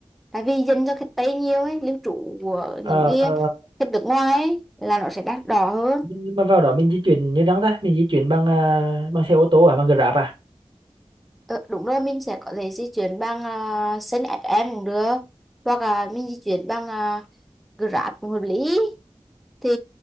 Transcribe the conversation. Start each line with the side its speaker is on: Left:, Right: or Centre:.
Centre: tại vì dành cho khách Tây nhiều ấy lưu trú của
Right: ờ,
Centre: những cái
Right: ờ,
Centre: khách nước ngoài ấy, là nó sẽ đắt đỏ hơn
Right: nhưng nhưng mà vào đó mình di chuyển như đáng ta mình di chuyển bằng à, bằng xe ô tô à bằng Grab à
Centre: Ờ, đúng rồi mình sẽ có thể di chuyển bằng uh, xe ép em cũng được hoặc là mình di chuyển bằng uh, Grab cũng hợp lý thì